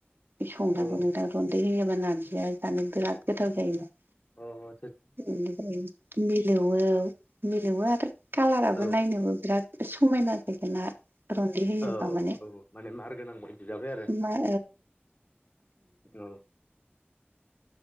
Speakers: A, on the right; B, on the left.
A: संनांगौ
B: औ
A: नोंथां रन्दै होयोबा नारजिया जानो बिराद गोथाव जायोमोन।
B: औ
A: निफ्राय मिलौवो मिलौवो आरो कालाराबो
B: औ
A: नायनोबो बिराद समायना जोगोनार रनदि होयोबा
B: औ
A: माने
B: माने मार गोनां बायदि जाबाय आरो
A: म औ
B: औ